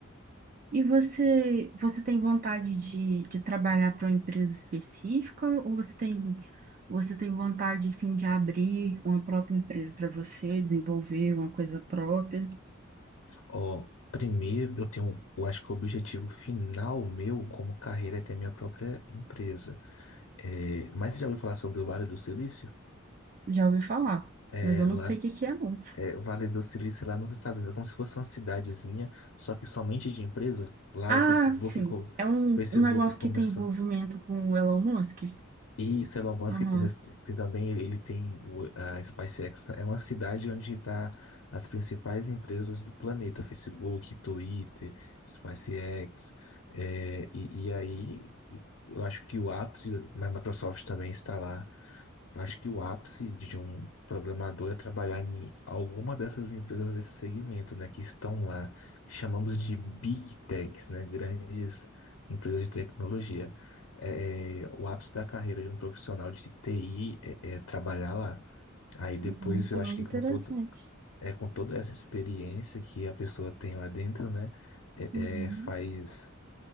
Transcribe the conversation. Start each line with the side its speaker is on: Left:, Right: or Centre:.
Right: e você, você tem vontade de, de trabalhar para uma empresa específica ou você tem, você tem vontade assim de abrir uma própria empresa para você, desenvolver uma coisa própria?
Left: Ó, primeiro eu tenho, eu acho que o objetivo final meu como carreira é ter minha própria empresa. É, mas você já ouviu falar sobre o Vale do Silício?
Right: Já ouvi falar,
Left: É,
Right: mas eu não
Left: lá,
Right: sei o que que é não.
Left: é, o Vale do Silício lá nos Estados Unidos, é como se fosse uma cidadezinha, só que somente de empresas. Lá
Right: Ah,
Left: o Facebook,
Right: sim,
Left: co- o
Right: é um,
Left: Facebook
Right: um negócio
Left: começou.
Right: que tem envolvimento com o Elon Musk.
Left: E esse Elon Musk
Right: Uhum.
Left: começou, tem também ele ele tem o- a SpaceX, é uma cidade onde está as principais empresas do planeta, Facebook, Twitter, SpaceX, é, e, e aí eu acho que o ápice da Microsoft também está lá. Eu acho que o ápice de um programador é trabalhar em alguma dessas empresas desse segmento, né, que estão lá, que chamamos de Big Techs, né, grandes empresas de tecnologia. É, é, o ápice da carreira de um profissional de TI é, é trabalhar lá. Aí depois
Right: Nossa,
Left: eu acho
Right: muito
Left: que
Right: interessante.
Left: com todo, é, com toda essa experiência que a pessoa tem lá dentro, né, é,
Right: Uhum.
Left: é, faz